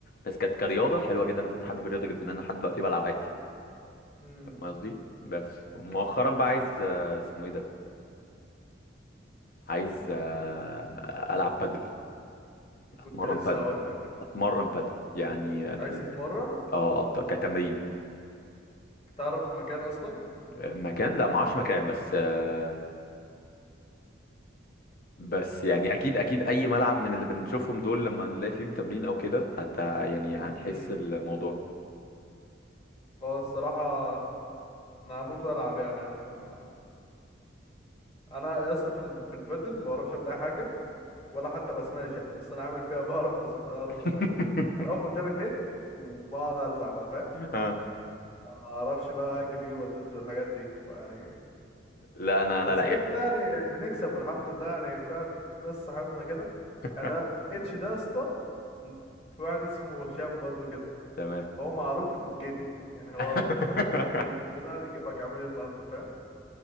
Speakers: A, on the left; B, on the left.
A: بس كانت كرياضه حلوه جدا انا كنت حابب الرياضه جدا انا لحد دلوقتي بلعب عادي
B: اصلا
A: فاهم قصدي بس مؤخرا بقى عايز آه، اسمه ايه ده عايز آه، العب بادل اتمرن
B: كنت لسه
A: بادل
B: هقول لك
A: اتمرن بادل يعني اه ال-
B: عايز تتمرن
A: آه، أط- كتمرين
B: تعرف مكان اصلا
A: مكان لا ما اعرفش مكان بس آه، بس يعني اكيد اكيد اي ملعب من اللي بنشوفهم دول لما نلاقي فيهم تمرين او كده حتى يعني هنحس
B: امم
A: الموضوع
B: هو الصراحه انا هموت والعب يعني انا أنا يا اسطى في ال- في البادل ما بعرفش اعمل اي حاجه ولا حتى بسماش يعني بس انا عامل فيها <laughs> بعرف بس اعرف
A: <laughs>
B: اسماش بقى انا اقف قدام النت وبقعد ارزع بقى فاهم
A: آه.
B: ما اعرفش بقى اجري وادج الحاجات دي يعني
A: لا انا انا
B: بس
A: لعيب
B: كده كده يعني بنكسب والحمد لله يعني في واحد- ناس صاحبنا كده
A: <laughs>
B: يعني انا اتش ده يا اسطى م- في واحد اسمه هشام برضو كده
A: تمام
B: هو معروف انه في جيبي يعني هو
A: <laughs>
B: فاهم بيجي كده جيبك عامل إيه النهارده فاهم